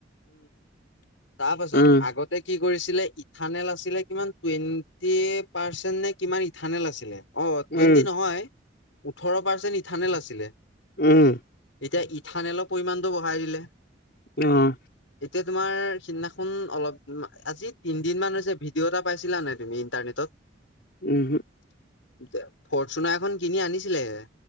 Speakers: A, on the left; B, on the left.
A: তাৰ পাছত
B: উম
A: আগতে কি কৰিছিলে ইথানেল আছিলে কিমান টুৱেণ্টি পাৰ্চেন্ট নে কিমান ইথানেল আছিলে। অ টুৱেণ্টি
B: উম
A: নহয় ওঠৰ পাৰ্চেণ্ট ইথানেল আছিলে।
B: উম।
A: এতিয়া ইথানেলৰ পৰিমাণটো বঢ়াই দিলে।
B: অঁ।
A: এতিয়া তোমাৰ সিদিনাখন অলপ আজি তিনদিন মান হৈছে ভিডিঅ' এটা পাইছিলা নাই তুমি ইন্টাৰনেটত,
B: উম
A: ফৰ্চুনাৰ এখন কিনি আনিছিলেহে